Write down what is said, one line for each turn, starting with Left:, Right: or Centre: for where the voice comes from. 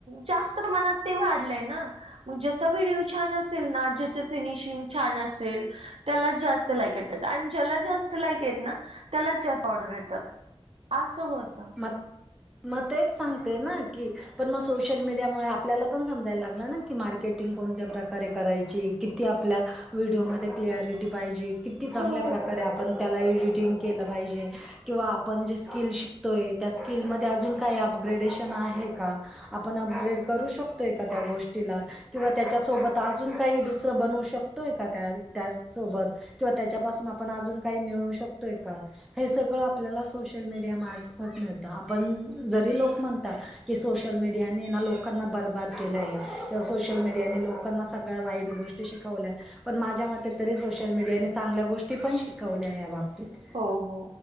Right: जास्त प्रमाणात ते वाढलंय ना ज्याचा व्हिडिओ छान असेल ना ज्याची फिनिशिंग छान असेल त्यालाच जास्त लाईक येतात आणि ज्याला जास्त लाईक हैत ना त्याला ऑर्डर येतात असं होत
Centre: म मग तेच सांगते ना की पण मग सोशल मीडिया मु आपल्याला पण समजायला लागलं ना की मार्केटिंग कोणत्या प्रकारे करायची किती आपल्या व्हिडिओमध्ये क्लअरिटी पाहिजे किती चांगल्या
Right: हो
Centre: प्रकारे आपण त्याला एडिटिंग केलं पाहिजे किंवा आपण जे स्किल शिक होय त्या स्किलमध्ये अजून काही अपग्रेडेशन आहे का आपण अपग्रेड करू शकतो एखाद्या गोष्टीला किंवा त्याच्या सोबत अजून काही दुसरं बनवू शकतोय का त्या त्याच सोबत किंवा त्याच्यापासून आपण अजून काही मिळू शकतोय का हे सगळं आपल्याला सोशल मीडिया मार्फत मिळत आपण जरी लोक म्हणतात की सोशल मीडियाने ना लोकांना बर्बाद केलं आहे किंवा सोशल मीडियाने लोकांना सगळ्या वाईट गोष्टी शिकवल्या पण माझ्या मते तरी सोशल मीडियाने चांगल्या गोष्टी पण शिकवल्या या बाबतीत
Right: हो हो